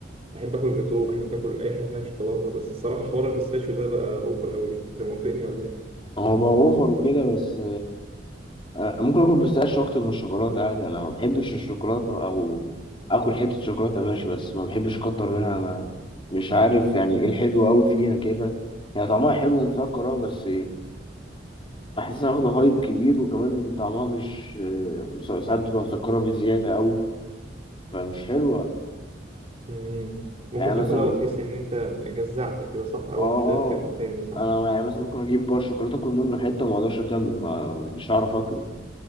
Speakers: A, on the right; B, on the left.
A: بحب اكل جاتوه بحب اكل اي حاجه فيها شوكولاته بس الصراحه حوار البيستاشيو ده بقى اوفر قوي انت موافقني ولا ايه
B: هو بقى أوفر وكده بس أنا ممكن اكل بيستاشيو اكتر من الشوكولاته عادي انا ما بحبش الشوكولاته او اكل حته شوكولاته ماشي بس ما بحبش اكتر منها ما مش عارف يعني ايه الحلو قوي فيها كده يعني طعمها حلو ومسكر اه بس بحسها واخده هايب كبير وكمان طعمها مش آه، ساعات بتبقى مسكره بزياده قوي فمش حلوه
A: مم. ممكن
B: يعني مثلا
A: تاكلها وتحس ان انت جزعت كده صح او
B: اه اه
A: مش قادر تاكل تاني صح
B: انا يعني مثلا ممكن اجيب بار شوكولاته اكل منه حته وما اقدرش اكمل ما مش هعرف اكله